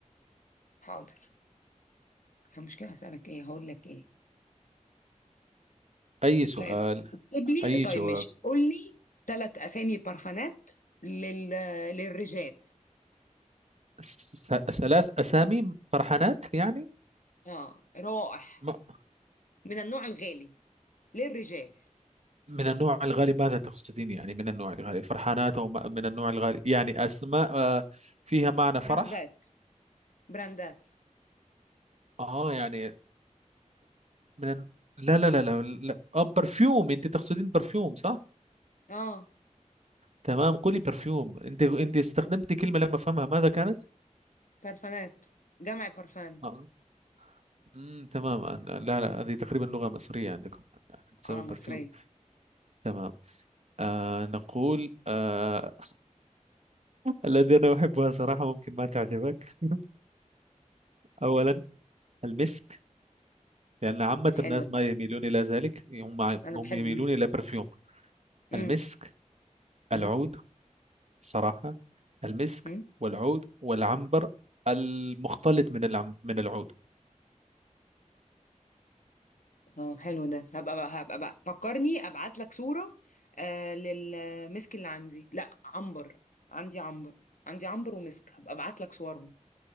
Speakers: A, on the left; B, on the right.
A: حاضر المشكله هسألك ايه هقول لك ايه
B: أي سؤال
A: طيب اكتب لي
B: أي
A: طيب
B: جواب
A: ماشي قول لي ثلاث اسامي بارفانات لل... للرجال
B: س- ثلاث أسامي فرحانات يعني
A: اه روائح
B: ما-
A: من النوع الغالي للرجال
B: من النوع الغالي ماذا تقصدين يعني من النوع الغالي فرحانات أو ما- من النوع الغالي يعني أسماء آه، فيها معنى
A: براندات
B: فرح
A: براندات
B: آه يعني من الن- لا لا لا لا, لا. آه برفيوم أنت تقصدين برفيوم صح؟
A: اه
B: تمام قولي برفيوم أنت أنت استخدمتي كلمة لما أفهمها ماذا كانت؟
A: بارفانات جمع بارفان
B: آه. مم تمام آه، لا لا هذه تقريبا لغة مصرية عندكم تسمى
A: اه مصرية
B: برفيوم تمام آه نقول آه الذي أنا أحبها صراحة ممكن ما تعجبك <laughs> أولا المسك لأن عامة
A: حلو
B: الناس ما
A: ده
B: يميلون إلى ذلك هم
A: انا
B: هم
A: بحب
B: يميلون
A: المسك
B: إلى برفيوم
A: امم
B: المسك
A: امم
B: العود صراحة المسك
A: امم
B: والعود والعنبر المختلط من العم من العود
A: اه حلو ده هبقى بقى هبقى بقى فكرني ابعت لك صورة آه للمسك اللي عندي لا عنبر عندي عنبر عندي عنبر ومسك هبقى ابعت لك صورهم